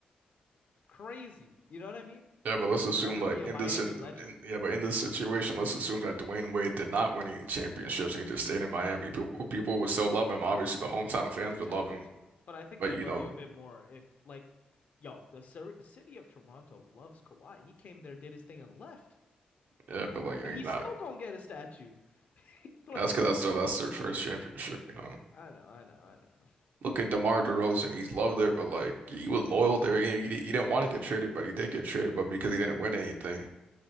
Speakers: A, on the left; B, on the right.
A: crazy. You know what I mean?
B: Yeah,
A: Like
B: but let's
A: he'll
B: assume
A: forever
B: like
A: be a
B: in
A: Miami
B: this in,
A: legend.
B: in- yeah, but in this situation, let's assume that Dwayne Wade did not win any championships and he just stayed in Miami. People people would still love him. Obviously, the hometown fans would
A: Yeah,
B: love
A: I got
B: him.
A: you. But I think
B: But
A: they would
B: you
A: love
B: know,
A: you a bit more if, like, yo, the cir- city of Toronto loves Kawhi. He came there, did his thing, and left.
B: yeah, but like you
A: And
B: know,
A: he's
B: he's not.
A: still gonna get a statue. <laughs> Like,
B: That's because that's their, that's their first championship, you know.
A: I know, I know, I know.
B: Look at DeMar DeRozan. He's loved there, but like he was loyal there. You know, he, di- he didn't want to get traded, but he did get traded. But because he didn't win anything,